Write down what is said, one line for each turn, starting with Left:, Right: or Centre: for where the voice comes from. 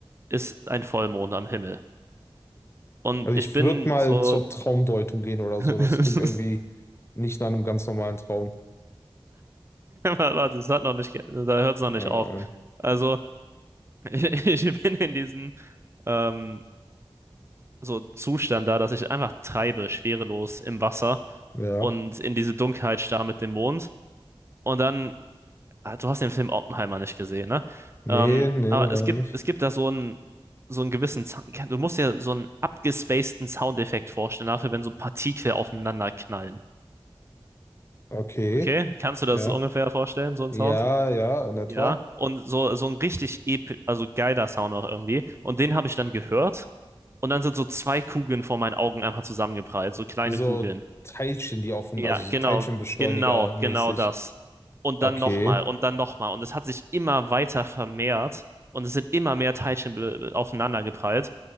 Right: ist ein Vollmond am Himmel. Und
Left: Also
Right: ich
Left: ich
Right: bin
Left: würde mal
Right: so,
Left: zur Traumdeutung gehen oder
Right: <laughs>
Left: so. Das klingt irgendwie
Right: <laughs>
Left: nicht nach einem ganz normalen Traum.
Right: warte, das hat noch nicht, ge- da hört es noch nicht
Left: Aber
Right: auf.
Left: nein.
Right: Also, ich, <laughs> ich bin in diesem ähm, so Zustand da, dass ich einfach treibe, schwerelos im Wasser
Left: Ja.
Right: und in diese Dunkelheit starr mit dem Mond. Und dann, ah, du hast den Film Oppenheimer nicht gesehen, ne?
Left: Nee,
Right: Ähm,
Left: nee,
Right: aber
Left: leider
Right: es gibt,
Left: nicht.
Right: es gibt da so einen, so einen gewissen, Zau- du musst dir so einen abgespaceden Soundeffekt vorstellen, dafür, wenn so Partikel aufeinander knallen.
Left: Okay.
Right: Okay? Kannst du das
Left: Ja.
Right: ungefähr vorstellen, so einen
Left: Ja,
Right: Sound?
Left: ja, in etwa.
Right: Ja, und so, so ein richtig ep also geiler Sound auch irgendwie. Und den habe ich dann gehört. Und dann sind so zwei Kugeln vor meinen Augen einfach zusammengeprallt, so kleine
Left: Wie so
Right: Kugeln.
Left: Teilchen, die auf dem,
Right: Ja,
Left: also so
Right: genau,
Left: Teilchenbeschleuniger
Right: genau,
Left: mäßig.
Right: genau das. Und
Left: Okay.
Right: dann nochmal und dann nochmal. Und es hat sich immer weiter vermehrt und es sind immer mehr Teilchen be- aufeinander geprallt.